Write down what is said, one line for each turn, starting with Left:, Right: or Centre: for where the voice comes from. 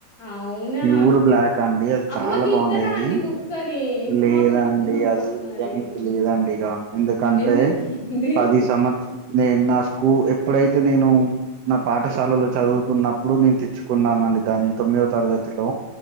Left: అవునా!
Right: ప్యూర్ బ్లాక్ అండి అది
Left: అబ్బ!
Right: చాలా
Left: మాకిత్తరా
Right: బావుండేది.
Left: అండి కుక్కని?
Right: లేదాండి
Left: మా కుక్క మాకు
Right: అ
Left: గావాలి.
Right: గది యాన్ని వెళ్లి రండి ఇగ ఎందుకంటే
Left: ఎందుకండి?
Right: పది సంమత్స నేను నాస్కు ఎప్ ఇప్పుడైతే నేను నా పాఠశాలలో చదువుకున్నప్పుడు నేను తెచ్చుకున్నామండి. దాని తొమ్మిదొ తరగ తిలో